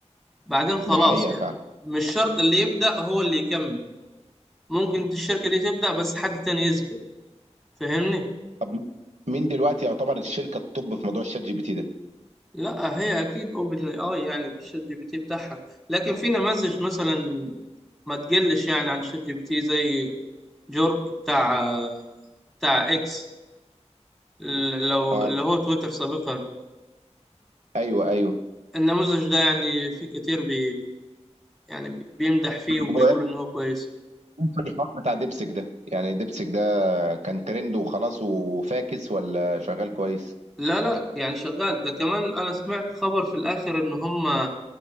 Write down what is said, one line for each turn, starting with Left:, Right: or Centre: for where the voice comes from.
Centre: بعدين خلاص
Right: ده حقيقه
Centre: يعني مش شرط اللي يبدأ هو اللي يكمل ممكن الشركة دي تبدأ بس حد تاني يسبق فاهمني؟
Right: طب مين دلوقتي يعتبر الشركه التوب في موضوع الشات جي بي تي ده
Centre: لا هي أكيد أوبن أي آي يعني بالشات جي بي تي بتاعها لكن في نماذج مثلا ما تقلش يعني عن شات جي بي تي زي جورك بتاع بتاع إكس ال- لو
Right: اه
Centre: اللي هو تويتر سابقا
Right: ايوه ايوه
Centre: النموذج ده يعني في كتير بي يعني بي- بيمدح فيه وبيقول
Right: هو ايه
Centre: ان هو كويس
Right: في الحوار بتاع دبسك ده يعني دبسك ده كان ترند وخلاص وفاكس ولا شغال كويس
Centre: لا لا يعني شغال ده كمان انا سمعت خبر في الاخر ان هم